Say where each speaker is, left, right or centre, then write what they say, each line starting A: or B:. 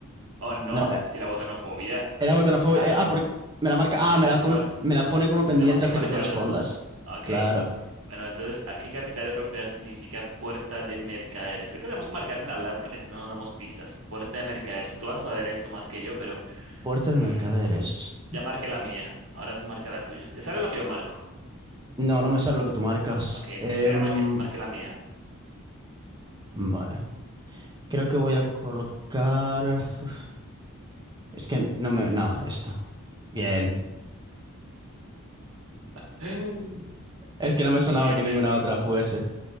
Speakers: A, on the right; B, on the right.
A: Oh, no,
B: no, eh,
A: si la botanofobia.
B: era botanofobia.
A: Ah, es
B: Eh,
A: que,
B: ah, porque me la marca. Ah,
A: es que
B: me
A: tenemos
B: la, come-
A: que marcar.
B: me la pone como pendiente
A: Tenemos que
B: hasta
A: marcar
B: que tú respondas.
A: las dos. Ok.
B: Claro.
A: Bueno, entonces, ¿a- ¿qué capital europea significa puerta de mercaderes? Creo que tenemos que marcar sin hablar porque así no nos damos pistas. Puerta de mercaderes. Tú vas a saber esto más que yo, pero
B: Puerta
A: mm,
B: de mercaderes.
A: ya marqué la mía. Ahora tú marca la tuya. ¿Te sale lo que yo marco?
B: No, no me sale lo que tú marcas.
A: Ok, de-
B: Em,
A: ya marqué, marqué la mía.
B: Vale. Creo que voy a colocar... Uf, es que no me... No, esto. Bien.
A: <gasps>
B: Es que no me sonaba
A: Siguiente.
B: que ninguna otra fuese.